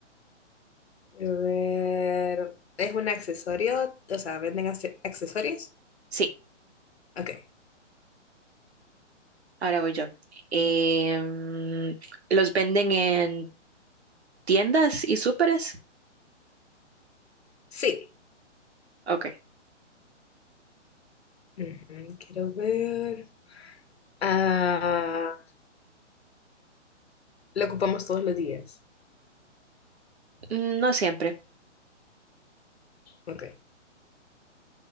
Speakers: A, on the left (about 55°); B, on the right (about 60°).
A: A ver, ¿es un accesorio? O sea, ¿venden acce- accesorios?
B: Sí.
A: Ok,
B: Ahora voy yo. Em, ¿los venden en tiendas y súperes?
A: sí.
B: Ok.
A: Ujú, Quiero ver. Ah, lo ocupamos todos los días.
B: Mm, No siempre.
A: Ok.